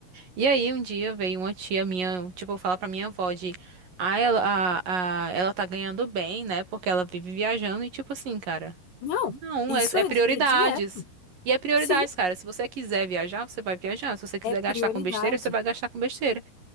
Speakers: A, on the right; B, on the left.
A: E aí, um dia veio uma tia minha, tipo, falar pra minha avó de, ah, ela, a, a- ela tá ganhando bem, né? Porque ela vive viajando e, tipo assim, cara,
B: Não,
A: não,
B: isso
A: é, é
B: é,
A: prioridades.
B: é direto.
A: E é prioridades,
B: Sim,
A: cara. Se você quiser viajar, você vai viajar. Se você quiser
B: é prioridade.
A: gastar com besteira, você vai gastar com besteira.